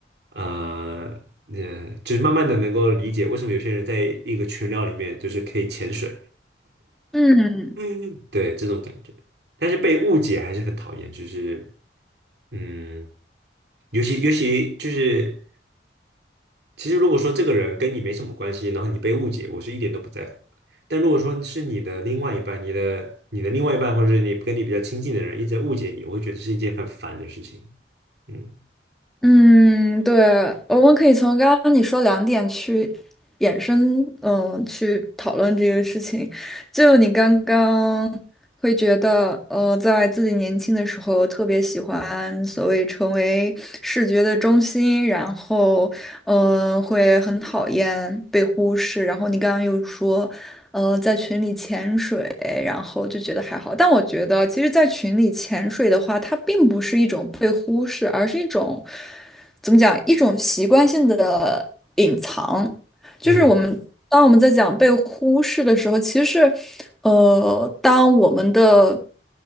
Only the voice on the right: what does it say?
呃，呃，就是慢慢的能够理解为什么有些人在一个群聊里面就是可以潜水，
嗯，对，这种感觉。但是被误解还是很讨厌，就是。嗯，尤其尤其就是，其实如果说这个人跟你没什么关系，然后你被误解，我是一点都不在乎的但如果说是你的另外一半，你的你的另外一半，或者是你跟你比较亲近的人一直在误解你，我会觉得是一件很烦的事情。嗯
嗯